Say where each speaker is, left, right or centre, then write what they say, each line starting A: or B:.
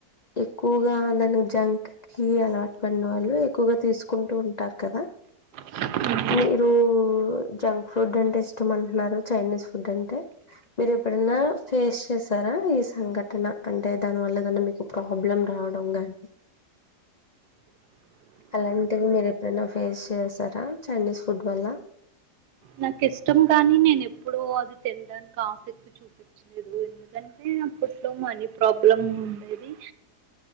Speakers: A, on the left (about 80°); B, on the right (about 80°).
A: ఎక్కువగా దాని జంక్ కి అలవాటు పడినవాళ్ళు ఎక్కువగా తీసుకుంటూ ఉంటారు కదా
B: అ
A: మీరు జంక్ ఫుడ్ అంటే ఇష్టం అంటున్నారు చైనీస్ ఫుడ్ అంటే మీరు ఎప్పుడైనా ఫేస్ చేసారా ఈ సంఘటన అంటే దాని వల్ల ఏదన్నా మీకు ప్రాబ్లం రావడం గానీ అలాంటివి మీరు ఎప్పుడైనా ఫేస్ చేసారా చైనీస్ ఫుడ్ వల్ల
B: నాకు ఇష్టం కాని నేను ఎప్పుడు అది తినడానికి ఆసక్తి చూపించలేదు ఎందుకంటే అప్పట్లో మనీ ప్రాబ్లమ్ ఉండేది